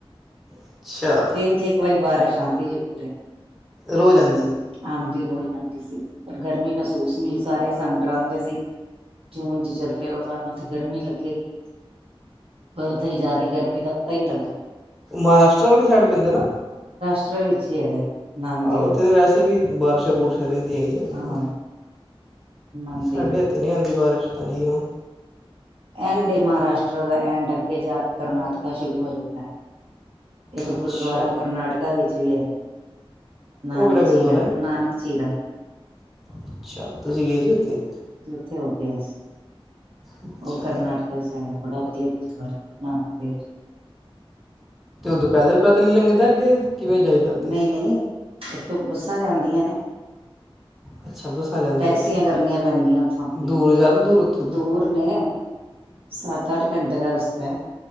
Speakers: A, in the centre; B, on the right.
A: ਅੱਛਾ
B: ਦਿਨ ਚ ਇਕ ਵਾਰੀ ਬਾਰਿਸ਼ ਆਂਦੀ ਜ਼ਰੂਰ ਐ
A: ਰੋਜ਼ ਆਉਂਦੀ
B: ਹੂੰ ਆਂਦੀ ਰੋਜ਼ ਆਂਦੀ ਸੀ ਪਰ ਗਰਮੀ ਮਹਿਸੂਸ ਨਈ ਸੰੰਡ ਡਰਾਂਦੇ ਸੀ ਜੂਨ ਚ ਚੱਲਿਓ ਤੁਹਾਨੂੰ ਉੱਥੇ ਗਰਮੀ ਲੱਗੇਗੀ ਪਰ ਉੱਥੇ ਜਾ ਕੇ ਗਰਮੀ ਦਾ ਪਤਾ ਹੀ ਨਹੀ ਲੱਗਾ
A: ਮਹਾਰਾਸ਼ਟਰ ਵਾਲੀ ਸਾਈਡ ਪੈਂਦਾ ਨਾ
B: <unintelligible> ਨਾਂਦੇੜ
A: ਆ ਉੱਥੇ ਤਾਂ ਵੈਸੇ ਵੀ ਬਾਰਸ਼ਾਂ ਬੁਰਸ਼ਾਂ ਰਹਿੰਦੀਆਂ ਇਆਂ ਓਥੇ
B: ਹਾਂ ਨਾਂਦੇੜ
A: ਸਾਡੇ ਇੱਥੇ ਨਹੀਂ ਆਉਂਦੀ ਬਾਰਿਸ਼ ਪਤਾ ਨੀ ਕਿਉਂ
B: ਐਂਡ ਏ ਮਹਾਰਾਸ਼ਟਰਾ ਦਾ ਐਂਡ ਅੱਗੇ ਜਾ ਕੇ ਕਰਨਾਟਕਾ ਸ਼ੁਰੂ ਹੋ ਜਾਂਦਾ ਹੈ ਇੱਕ
A: ਅੱਛਾ
B: ਗੁਰਦੁਆਰਾ ਕਰਨਾਟਕਾ ਵਿੱਚ ਵੀ ਹੈਗਾ। ਨਾਨਕ
A: ਉਹ ਕਿਹੜਾ ਗੁਰਦੁਆਰਾ
B: ਚੀਰਾ,
A: ਹੈ
B: ਨਾਨਕ ਚੀਰਾ
A: ਅੱਛਾ, ਤੁਸੀਂ ਗਏ ਸੀ ਓਥੇ?
B: ਥੇ ਹੋ ਕੇ ਆਏ ਸੀ।
A: ਅੱਛਾ
B: ਓ ਕਰਨਾਟਕਾ ਚ ਹੈਗਾ, ਬੜਾ ਵਧੀਆ ਗੁਰਦੁਆਰਾ ਗੁਰੂ ਨਾਨਕ ਦੇਵ ਜੀ ਦਾ।
A: ਦੋ ਪੈਦਲ ਪੈਦਲ ਈ ਲੰਘਦੈ? ਕਿਵੇਂ ਜਾਈਦਾ ਉੱਤੇ?
B: ਨਹੀਂ ਨਹੀਂ ਇੱਥੇ ਬੱਸਾ ਜਾਂਦੀਆਂ ਨੇ।
A: ਅੱਛਾ ਬੱਸਾਂ ਜਾਂਦੀਆਂ
B: ਟੈਕਸੀਆ
A: ਉੱਥੇ
B: ਕਰਨੀਆ ਪੈਂਦੀਆ ਓਥੋ ਆਪਨੀਆ।
A: ਦੂਰ ਜ਼ਿਆਦਾ ਦੂਰ ਉੱਥੋਂ ਦੀ
B: ਦੂਰ ਨੇ ਸੱਤ-ਅਠ ਘੰਟੇ ਦਾ ਰਸਤਾ ਐ।